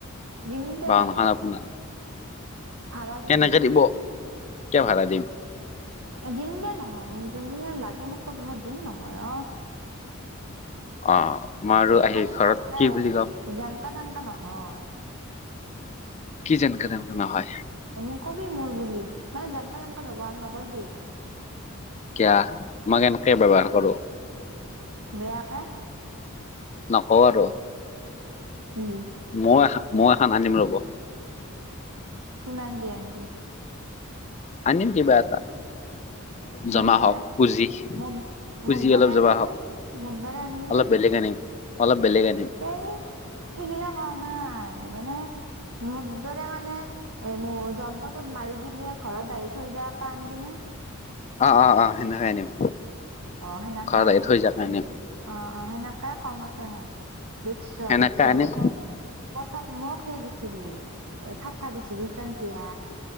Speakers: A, on the right; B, on the left.
A: দিম দে।
B: বাহনখন আপোনাৰ
A: ভাড়া দিবি।
B: কেনেকে দিব কিয় ভাড়া দিম
A: এ দিম দে নহয়। যোন দিনা লাগে মোক কবি মই দিম নহয় অ।
B: অ মই আৰু আহি
A: খালি
B: ঘৰত
A: ভালকে
B: কি বুলি কম।
A: যেনকা তেনকা নহয়
B: কি যেনকে তেনকে নহয়
A: মোৰ কবি মোৰ বুলি। মানে যেনেকা তেনকা ব্যৱহাৰ নকৰিবি।
B: কিয়া মই কেনকে ব্যৱহাৰ কৰোঁ?
A: বেয়াকে
B: নকও আৰু।
A: <unintelligible>
B: মই-মই এখন আনিম ৰ'ব।
A: কিমান দি আনিবি?
B: আনিম কিবা এটা জমা
A: মোৰ দৰে
B: হওঁক পূজি।
A: ম
B: পূজি
A: মদদাৰে
B: অলপ
A: আনিবি
B: জমা হওঁক।
A: নে মদদাৰে আনিবি
B: বেলেগ আনিম, অলপ বেলেগ আনিম
A: এই সেইগিলা কোৱা নাই। মানে মুদ্দাৰে মানে এ মোৰ যন্ত্ৰটোত মাৰি দিলে ঘৰত আহি থৈ যায়কে আনিবি নে?
B: অ অ সেনকাই আনিম।
A: অ সেনকাই
B: ঘৰত
A: আনিবি।
B: আহি থৈ যোৱাকে আনিম
A: অ অ সেনকাই কমতে হয়। <unintelligible>
B: সেনেকে আনিম
A: প্ৰথম মোক সেই দিছিলি, এ চাটটা দিছিলি টনকিয়?